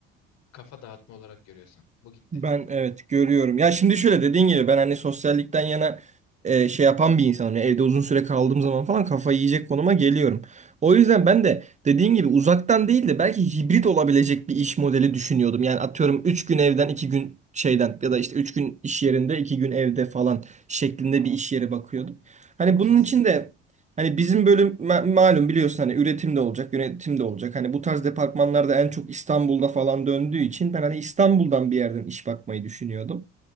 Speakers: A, on the left; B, on the right.
A: kafa dağıtma olarak görüyorsan. Bu gitti.
B: Ben evet görüyorum. Ya şimdi şöyle dediğin gibi ben hani sosyallikten yana e, şey yapan bir insanım. Yani evde uzun süre kaldığım zaman falan kafayı yiyecek konuma geliyorum. O yüzden ben de dediğin gibi uzaktan değil de belki hibrit olabilecek bir iş modeli düşünüyordum. Yani atıyorum 3 gün evden 2 gün şeyden ya da işte 3 gün iş yerinde 2 gün evde falan şeklinde bir iş yeri bakıyordum. Hani
A: Kesinlikle.
B: bunun için de Hani bizim bölüm ma- malum biliyorsun hani üretim de olacak, yönetim de olacak. Hani bu tarz departmanlarda en çok İstanbul'da falan döndüğü için ben hani İstanbul'dan bir yerden iş bakmayı düşünüyordum.